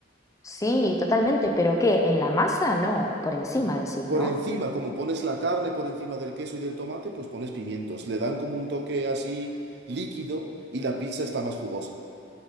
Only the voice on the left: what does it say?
Sí, totalmente, pero ¿qué? ¿En la masa? No, por encima decís,
¿no?